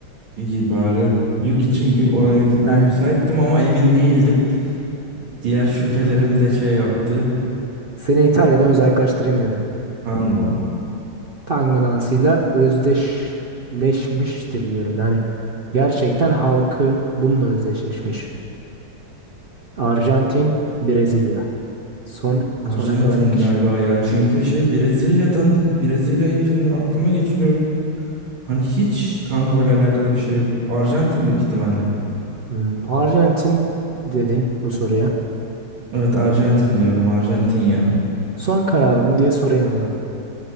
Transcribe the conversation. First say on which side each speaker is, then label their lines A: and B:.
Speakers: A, on the right; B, on the right.
A: İyi bari. Yok çünkü oraya gitmeye
B: Yani
A: müsaittim ama emin değildim. Diğer şüphelerim de şey yaptı.
B: seni İtalya'dan uzaklaştırayım dedim.
A: Arjantango.
B: Tango dansıyla özdeşleşmiştir diyorum. Yani gerçekten halkı bununla özdeşleşmiş. Arjantin, Brezilya. Son
A: Arjantin
B: sona kalan iki
A: galiba
B: kişi.
A: ya. Çünkü şey Brezilya'dan Brezilya'yı şimdi aklıma geçiriyorum. Hani hiç tango ile alakalı bir şey yok. Arjantin büyük ihtimalle.
B: Hmm, Arjantin dedin bu soruya.
A: Evet Arjantin diyorum. Arjantin ya.
B: Son kararımı diye sorayım o zaman.